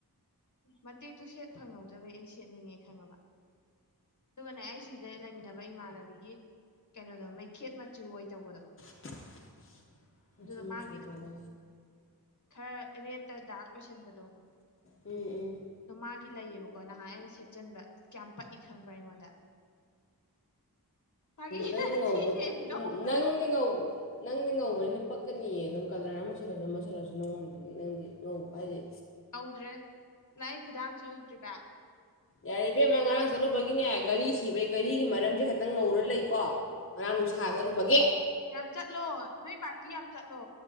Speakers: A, on the left; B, on the left.
A: ꯃꯇꯦꯛꯇꯨ ꯁꯦꯠ ꯐꯪꯍꯧꯗ꯭ꯔꯕ ꯑꯩ ꯁꯦꯠꯅꯤꯡꯉꯦ ꯈꯪꯉꯕ ꯑꯗꯨꯒꯅꯦ ꯑꯩ ꯁꯤꯗ ꯂꯩꯃꯤꯟꯅꯕ ꯏꯃꯥꯟꯅꯕꯤꯒꯤ ꯀꯩꯅꯣꯗꯣ ꯃꯩꯈꯦꯠ ꯃꯆꯨ ꯑꯣꯏ ꯇꯧꯕꯗꯣ
B: <unintelligible> ꯃꯆꯤ
A: ꯑꯗꯨꯗꯣ
B: ꯃꯆꯨ
A: ꯃꯥꯒꯤ
B: ꯇꯧꯕ
A: ꯈꯔ ꯔꯦꯠꯇ ꯗꯥꯛꯛ ꯑꯣꯏꯁꯟꯕꯗꯣ
B: ꯎꯝ ꯎꯝ
A: ꯑ ꯃꯥꯒꯤ ꯂꯩꯌꯦꯕꯀꯣ ꯅꯍꯥꯟ ꯑꯩꯅ ꯁꯦꯠꯆꯟꯕ ꯀꯌꯥꯝ ꯄꯛꯏ ꯈꯪꯕ꯭ꯔꯥ ꯑꯩꯉꯣꯟꯗ ꯐꯥꯒꯤ
B: ꯅꯪ
A: ꯅꯠꯇꯤꯌꯦ
B: ꯉꯧꯕ
A: ꯅꯣꯛꯀꯅꯣ
B: ꯅꯪꯗꯤ ꯉꯧꯕ ꯅꯪꯗꯤ ꯉꯧꯕꯅꯤꯅ ꯄꯛꯀꯅꯤꯌꯦ ꯑꯗꯨꯝ ꯀꯂꯔ ꯑꯃꯨꯜꯂꯁꯨ ꯑꯃ ꯁꯜꯂꯁꯨ ꯅꯪꯉꯣꯟꯗꯒꯤ ꯅꯪꯗꯤ ꯉꯧꯕ ꯍꯥꯏꯗꯤ
A: ꯍꯧꯧꯗ꯭ꯔꯦ ꯅꯪ ꯑꯩ ꯈꯨꯗꯥꯡꯁꯨ ꯎꯗ꯭ꯔꯤꯕ
B: ꯌꯥꯔꯦ ꯕꯦꯝꯃ ꯉꯔꯥꯡ ꯆꯠꯂꯨꯕꯒꯤꯅꯦ ꯒꯥꯔꯤ ꯁꯤꯕꯩ ꯒꯥꯔꯤꯒꯤ ꯃꯔꯝꯁꯦ ꯈꯛꯇꯪ ꯉꯧꯔꯒ ꯂꯩ ꯀꯣ ꯉꯅꯥꯥꯡ ꯅꯨꯡꯁꯥꯖꯂꯨꯕꯒꯦ
A: ꯌꯥꯝ ꯆꯠꯂꯣ ꯅꯣꯏ ꯄꯥꯔꯇꯤ ꯌꯥꯝ ꯆꯠꯂꯣ